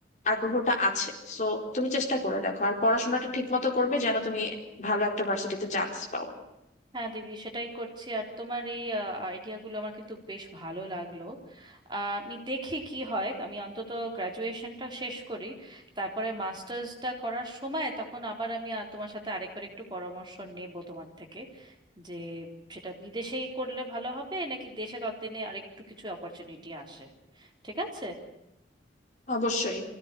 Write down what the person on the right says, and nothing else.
হ্যাঁ দিদি সেটাই করছি আর তোমার এই আইডিয়াগুলো আমার কিন্তু বেশ ভালো লাগলো আহ, আমি দেখি কি হয় আমি অন্তত গ্র্যাজুয়েশনটা শেষ করি তারপরে মাস্টার্সটা করার সময় তখন আবার আমি আহ, তোমার সাথে আরেকবার একটু পরামর্শ নেব তোমার থেকে যে সেটা বিদেশেই করলে ভালো হবে নাকি দেশে ততদিনে আরেকটু কিছু অপরচুনিটি আসে ঠিক আছে